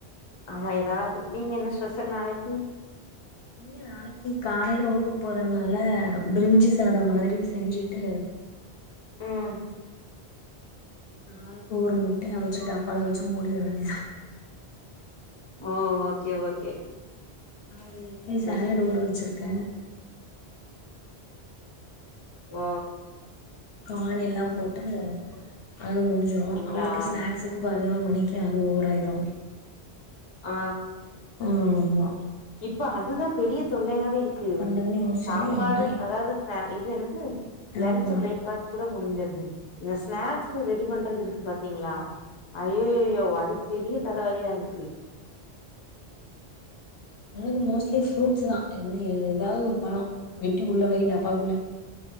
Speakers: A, on the left; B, on the left.
A: ஆமா ஏதாது நீங்க என்ன ஸ்பெஷல் நாளைக்கு
B: இங்க நாளைக்கு காலைல ஒர்க்க்கு போறனால பிரிஞ்சி சாதோ மாதிரி செஞ்சுட்டு
A: உம்
B: ஆளுக்கு ஒரு முட்டய அவுச்சு டப்பால வச்சு மூடிட வேண்டிய தா
A: ஓ ஓகே ஓகே
B: காலைலைக்கு சாலட்
A: ம்
B: ஊற வச்சிருக்க
A: ஓ
B: கானெல்லா போட்டு அது முடிஞ்சுரு
A: அப்டிங்களா
B: அவனுக்கு ஸ்நாக்ஸுக்கு பதினோரு மணி க்கே அது ஓவராயிரு
A: ஆ
B: ஆமா ஆமா
A: இப்ப அதுதா பெரிய
B: என்ன
A: தொல்லயாவே
B: பண்றது
A: இருக்கு
B: என்ன பண்றதுன்னு யோசிச்சாலே
A: சாப்பாடு
B: என்ன
A: அதாவது இது என்னது
B: ஆமா
A: லன்ச்சு பிரேக்ஃபாஸ்ட் கூ ட முடிஞ்சது இந்த ஸ்நாக்ஸ்ஸு ரெடி பண்றது இருக்கு பாத்தீங்களா ஐய்யய்யயோ அது பெரிய தலவலியா இருக்கு
B: இவனுக்கு மோஸ்ட்லி ஃப்ரூட்ஸ் தா என்ன ஏதாது ஒரு பழோ வெட்டி உள்ள வை டப்பாக்குள்ள